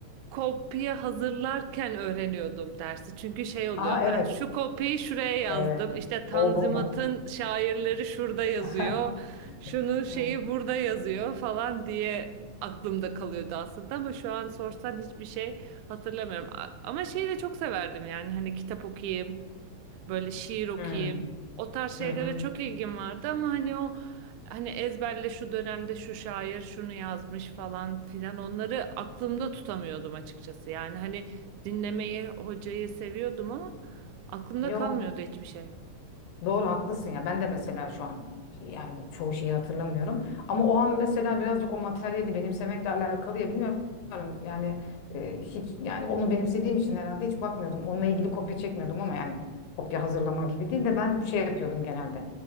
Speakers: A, on the right; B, on the left.
A: kopya hazırlarken öğreniyordum dersi. Çünkü şey oluyor.
B: Aa
A: Ha,
B: evet.
A: şu kopyayı şuraya yazdım.
B: Evet.
A: İşte Tanzimat'ın
B: O bomba.
A: şairleri şurada yazıyor.
B: <laughs>
A: Şunun
B: Hmm.
A: şeyi burada yazıyor falan diye aklımda kalıyordu aslında ama şu an sorsan hiçbir şey hatırlamıyorum. A- Ama şeyi de çok severdim yani hani kitap okuyayım. Böyle şiir okuyayım.
B: Hmm.
A: O tarz şeylere
B: Hı hı.
A: çok ilgim vardı ama hani o hani ezberle şu dönemde şu şair şunu yazmış falan filan onları aklımda tutamıyordum açıkçası. Yani hani dinlemeyi, hocayı seviyordum ama aklımda
B: Yok.
A: kalmıyordu hiçbir şey.
B: Doğru haklısın ya. Ben de mesela şu an yani çoğu şeyi hatırlamıyorum. Ama o an mesela birazcık o materyali benimsemekle alakalı ya bilmiyorum. Yani e, hiç yani onu benimsediğim için herhalde hiç bakmıyordum. Onunla ilgili kopya çekmiyordum ama yani kopya hazırlama gibi değil de ben şey yapıyordum genelde.